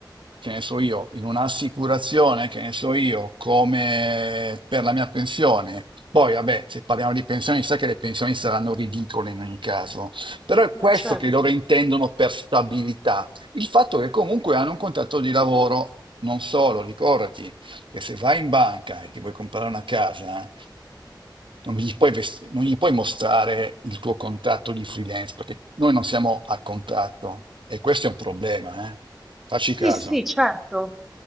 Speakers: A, on the right; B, in the centre.
A: che ne so io, in un'assicurazione, che ne so io, come per la mia pensione. Poi, vabbè, se parliamo di pensioni, sa che le pensioni saranno ridicole in ogni caso. Però è questo
B: eh, certo.
A: che loro intendono per stabilità. Il fatto che comunque hanno un contratto di lavoro, non solo, ricordati che se vai in banca e ti vuoi comprare una casa, non gli puoi, vest- non gli puoi mostrare il tuo contratto di freelance, perché noi non siamo a contratto e questo è un problema, eh? Facci
B: Sì,
A: caso.
B: sì, certo,